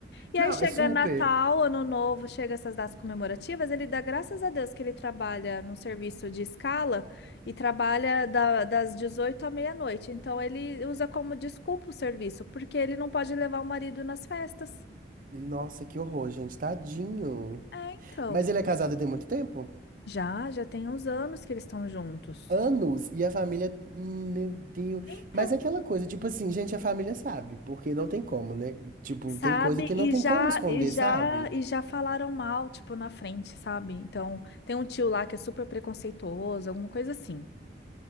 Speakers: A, on the left (about 65°); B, on the right (about 50°).
A: E
B: Não,
A: aí chega
B: é super.
A: Natal, Ano Novo, chega essas datas comemorativas, ele dá graças a Deus que ele trabalha num serviço de escala e trabalha da- das 18 à meia-noite. Então, ele usa como desculpa o serviço, porque ele não pode levar o marido nas festas.
B: Nossa, que horror, gente, tadinho.
A: É, então,
B: Mas ele é casado tem muito tempo?
A: já, já tem uns anos que eles estão juntos.
B: Anos, e a família... Hum, Meu Deus.
A: Então,
B: Mas é aquela coisa, tipo assim, gente, a família sabe, porque não tem como, né? Tipo,
A: sabe?
B: tem coisa que
A: E
B: não tem
A: já,
B: como esconder,
A: e já,
B: sabe?
A: e já falaram mal, tipo, na frente, sabe? Então, tem um tio lá que é super preconceituoso, alguma coisa assim.